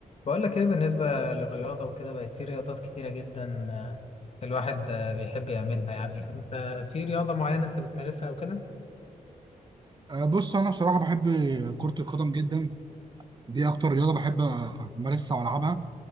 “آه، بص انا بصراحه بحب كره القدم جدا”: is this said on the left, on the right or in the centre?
Right